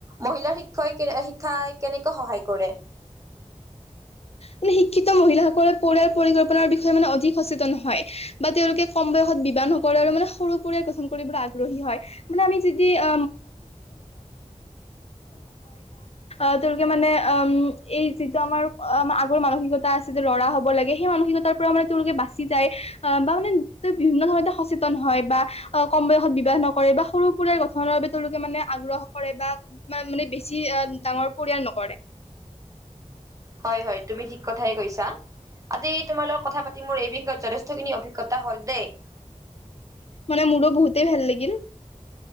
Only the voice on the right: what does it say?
মহিলাৰ শিক্ষয় কে শিক্ষাই কেনেকৈ সহায় কৰে।
হয় হয় তুমি ঠিক কথাই কৈছা। আজি তোমালোকৰ কথা পাতি মোৰ এই বিষয়ত যথেষ্টখিনি অভিজ্ঞতা হল দেই।